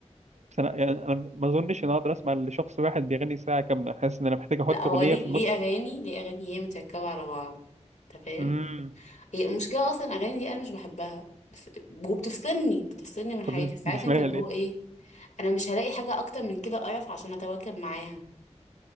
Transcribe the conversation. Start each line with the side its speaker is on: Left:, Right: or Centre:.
Right: بس انا يعني انا ما اظنش ان أنا اقدر اسمع لشخص واحد بيغني ساعه كامله حاسس ان انا محتاج احط
Left: لا هو
Right: اغنيه
Left: ليه
Right: في
Left: ليه
Right: النص
Left: أغاني ليه أغاني هي متركبة على بعض أنت فاهم
Right: امم
Left: هي المشكلة أصلا الأغاني دي أنا مش بحبها بس وبتفصلني بتفصلني من
Right: طب
Left: حياتي بس
Right: بتسمعيها
Left: عارف أنت اللي
Right: ليه
Left: هو إيه أنا مش هلاقي حاجة أكتر من كده قرف عشان أتواكب معاها